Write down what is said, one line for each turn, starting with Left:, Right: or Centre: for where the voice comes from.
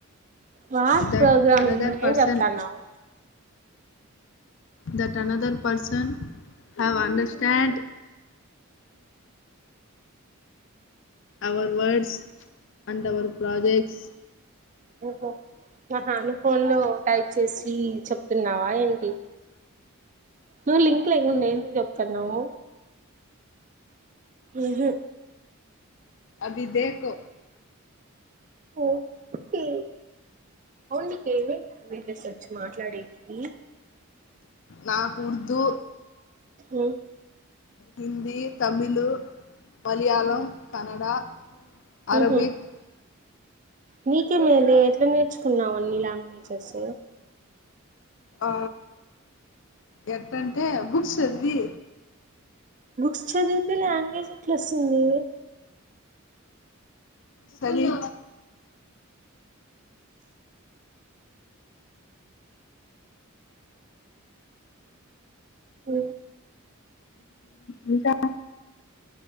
Right: రాద్
Left: దట్
Right: కదా
Left: another
Right: నువ్వు
Left: person
Right: ఏం చెప్తాన్నావ్
Left: that another person I am understand our words and our projects
Right: ఓహో న family phone లో type చేసి చెప్ ప్తున్నావా ఏంటి నువ్వు లింక్ లేగు ఉండేందుకు చెప్తున్నవ్ ఉహు
Left: అభిదేకో
Right: ఓకే ఓన్లీ పేమెంట్ పెటెసర్ మాట్లాడే కి
Left: నాకు ఉర్దు
Right: ఉమ్
Left: హిందీ తమిళు మలయాళం కనడా అరబిక్
Right: ఉహు నీకే మేలే ఎట్లా నేర్చుకున్నావ్ అన్నీ లాంగ్వేజెస్
Left: ఆ ఎట్టంటే బుక్స్ చదివి
Right: బుక్స్ చదివితే లాంగ్వేజ్ట్ల వస్తుంది
Left: సంగీ
Right: ఓ
Left: ఇంకా